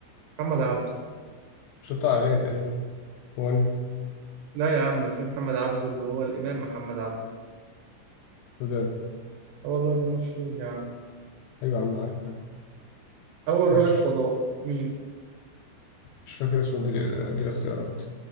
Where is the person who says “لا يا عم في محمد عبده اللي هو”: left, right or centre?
Right